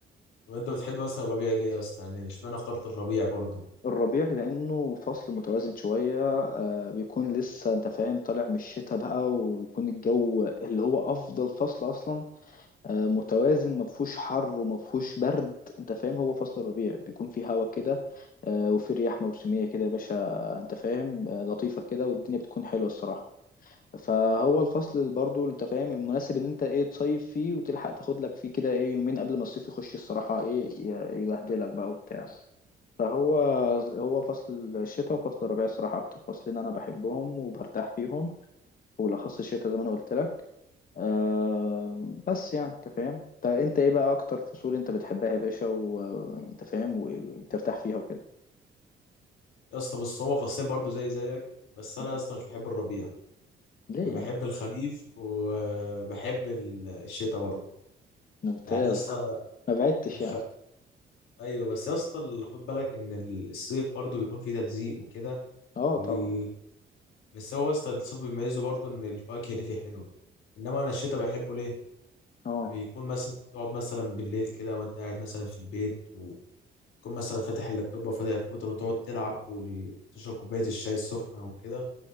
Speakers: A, on the left; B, on the left.
A: طب انت بتحب مثلا الربيع ليه يا اسطى يعني اشمعنى اخترت الربيع برضه
B: الربيع لأنه فصل متوازن شوية آه بيكون لسه أنت فاهم طالع من الشتاء بقى ويكون الجو اللي هو أفضل فصل أصلا آه متوازن مفهوش حر ومفهوش برد أنت فاهم هو فصل الربيع بيكون فيه هوا كده آه وفيه رياح موسمية كده يا باشا آه، أنت فاهم آه لطيفة كده والدنيا بتكون حلوة الصراحة فهو الفصل اللي برضه أنت فاهم المناسب إن أنت إيه تصيف فيه وتلحق تاخد لك فيه كده إيه يومين قبل ما الصيف يخش الصراحة إيه ي- يبهدلك بقى وبتاع فهو هو فصل الشتاء وفصل الربيع الصراحة أكتر فصلين أنا بحبهم وبرتاح فيهم وبالأخص الشتاء زي ما أنا قلت لك أه بس يعني أنت فاهم طب أنت إيه بقى أكتر فصول أنت بتحبها يا باشا وأنت فاهم وبترتاح فيها وكده
A: يا اسطى بص هما فصلين برضه زي زيك بس انا
B: مم.
A: يا اسطى مش بحب الربيع
B: ليه
A: انا
B: يعني
A: بحب الخريف وبحب ال- الشتاء برضه
B: ممتاز
A: يعني يا اسطى
B: ما بعدتش
A: الخ...
B: يعني
A: ايوه بس يا اسطى ال- خد بالك ان ال- الصيف برضه بيكون فيه تلزيق وكده
B: أه
A: ولل...
B: طبعا
A: بس هو يا اسطى الصيف بيميزه برضه ان الفواكه اللي فيه حلوه انما انا الشتاء بحبه ليه
B: أه
A: بيكون مثلا تقعد مثلا بالليل كده وانت قاعد مثلا في البيت وتكون مثلا فاتح اللابتوب وفاتح الكمبيوتر وتقعد تلعب وتشرب كوبايه الشاي السخنه وكده